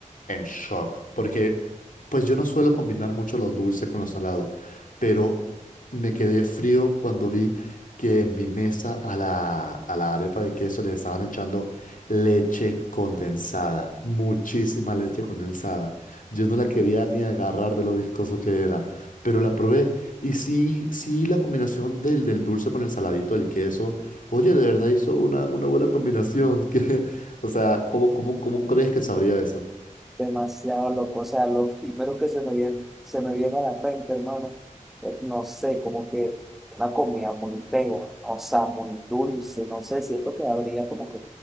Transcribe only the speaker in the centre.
demasiado loco. O sea, lo primero que se me viene, se me viene a la mente, hermano, es, no sé, como que una comida muy pegajosa, muy dulce, no sé, siento que habría como que